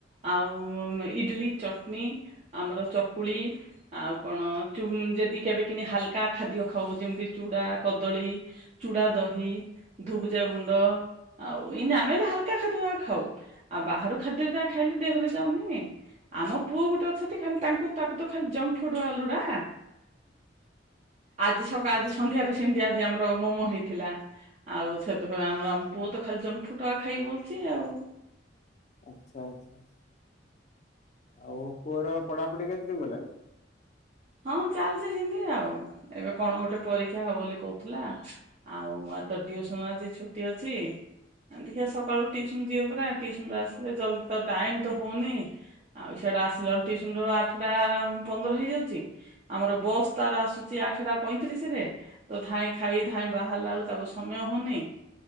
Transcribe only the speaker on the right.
ଆଉ ଇଟିଲି, ଚଟନୀ ଆମର ଚକୁଳି। ଆଉ କଣ ଯଦି କେବେ କିି ହାଲକା ଖାଦ୍ୟ ଖାଉ ଯେମିତି ଚୁଡା, କଦଳୀ ଚୂଡ଼ା ଦହି, ଧୁବଜା ଗୁଣ୍ଡ ଆଉ ଏଇନ ଆମେ ବି ହାଲକା ଖାଦ୍ୟ ଯାକ ଖାଉ ଆଉ ବାହାରୁ ଖାଦ୍ୟ ଯା ଖାଇଲେ ଦେହରେ ଯାଉନି। ଆମ ପୁଅ ଗୋଟେ ଅଛନ୍ତି ଖାଲି ତାଙ୍କୁ ତାକୁ ତ ଖାଲି ଯଙ୍କ ଫୁଡ ଆକା ଲୁଡା।
ଆଜି ସକାଳ
ଆଜି ସନ୍ଧ୍ୟାରେ ସେମିତି ଆଜି ଆମର ମୋମୋ ହେଇଥିଲା। ଆଉ ସେଥିପାଇଁ ଆମର ପୁଅ ତ ଖାଲି ଜଙ୍କଫୁଡ୍ ଆକା ଖାଇବା ବୋଲୁଚି ଆଉ।
ହଁ ଚାଲିଛି ସେମିତି ଆଉ ଏବେ କଣ ଗୋଟେ ପରୀକ୍ଷା ହବ ବୋଲି କହୁଥିଲା। ଆଉ ଆଜି ତ ଟିଉସନ ଆଜି ଛୁଟି ଅଛି। ଆ ଦେଖିଆ ସକାଳୁ ଟ୍ୟୁସନ ଯିବ ପରା ଟ୍ୟୁସନରୁ ଆସିଲେ ଜଲଦି ତାକୁ ଟାଇମ ତ ହଉନି। ଆଉ ସିଆଡେ ଆସିଲା ଟ୍ୟୁସନରୁ ଆଠଟା ପନ୍ଦର ହେଇଯାଉଛି। ଆମର ବସ୍ ତାର ଆସୁଛି ଆଠଟା ପଇଁତିରିଶ ରେ। ତ ଧାଇଁ ଖାଇ ଧାଇଁ ବାହାରିଲା ବେଳକୁ ତାକୁ ସମୟ ହଉନି।